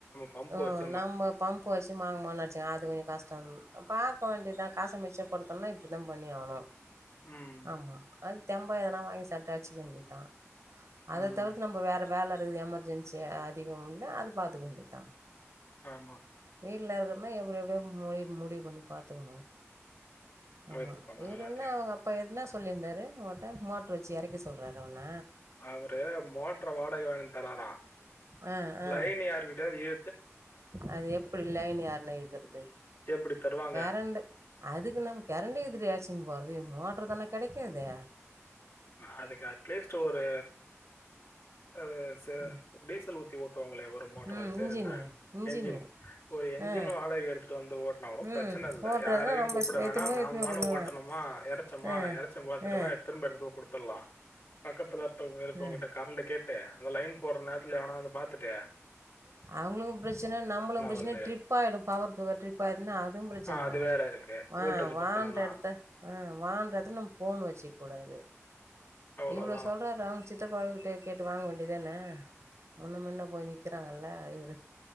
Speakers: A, on the left; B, on the right.
A: பம்பு
B: ம்.
A: வெச்சு
B: நம்ம பம்பு வச்சு மாங்கு மாங்குனு அடிச்சனா அது கொஞ்ச கஷ்டம் பாக்க வேண்டியதா காச மிச்ச படுத்தோம்னா இப்டி தா பண்ணி ஆகணு
A: ம்.
B: ஆமா அது தெம்பா எதனா வாங்கி சாப்ட நேனசுக்க வேண்டி தா அத
A: ம்.
B: தவிர்த்து நம்ம வேற வேல இது எமர்ஜென்சி அதிகம்னா அத பாத்துக்க வேண்டியதா
A: ஆமா
B: வீட்டுல இருக்கறனா எப்டி எப்டியோ முடி முடிவு பண்ணி பாத்துக்கணு
A: முயற்சி
B: ஆமா
A: பண்ணோம்
B: இவரு
A: எல்லாத்தையும்.
B: என்ன அவங்க அப்பா எதுனா சொல்லியிருந்தாரு உங்கட்ட மோட்டரு வச்சு எறைக்க சொல்றாறா உன்ன
A: அவரு மோட்டர் வாடக வாங்கினு வந்து தராரா
B: ஆ, ஆ.
A: லைன்னு யாருக்கிட்டயாவது ஏ
B: அது எப்டி லைன்ன யார்ணா இழுக்குறது
A: எப்டி தருவாங்க?
B: கரண்டு அதுக்கு நம் கரண்டக்கு எடுத்துடு அழுச்சுன்னு போறது மோடரு தானே கெடைக்காது
A: நா அதுக்கு அட்லீஸ்ட் ஒரு ஆ ச
B: ம்
A: டீசல் உ ஊத்துவாங்களே ஒரு மோட்டரு
B: ம்
A: அது பேர்
B: இன்ஜினு
A: என்ன
B: இன்ஜினு
A: என்ஜின் ஒரு என்ஜின்
B: ஆ
A: வாடகை எடுத்துட்டு வந்து ஓட்டன கூட பிரச்சன
B: ம்
A: ன இல்ல
B: ஓட்டுறதுனா
A: யாரையும்
B: நம்ம
A: கூப்புடவேனா
B: எத்து எத்துன்னு போய்
A: நம்மானு
B: எத்துன்னு போய் குடுக்கலா
A: ஓட்டன்னுமா ஏறைச்சமா
B: ஆ
A: எறச்ச பாத்துடமா
B: ஆ
A: திரும்ப எடுத்துட்டு குடுத் குடுத்லா பக்கத்துல இருக்கவங்க
B: ஆ
A: கிட்ட கரண்ட கேட்டு அந்த லைன் போடுற நேரத் ல எவனா வந்து பாத்துட்டு
B: அவுளுக்கு பிரச்சனை நம்மளுக்கு பிரச்சனை
A: வருது?
B: ட்ரிப் ஆயிடும் பவர் த ட்ரிப் ஆயிடு பவர் ட்ரிப் ஆயிடுச்சுனா அதுவு பிரச்சனை
A: ஆ அது
B: நம்ம
A: வேற இருக்கு.
B: ஆ
A: வோல்டேஜ்
B: வான்ற
A: பத்தலன்னா,
B: எடத்த ஆ வான்ற எடத்துல நம்ம போனு வச்சுக்க கூடாது
A: அவ்வளோதான்.
B: இவ்ளோ சொல்றாரு அவுங்க சித்தப்பா கிட்டயே கேட்டு வாங்க வேண்டியதான முன்ன முன்ன போய் நிக்கிறாங்கல்ல இவரு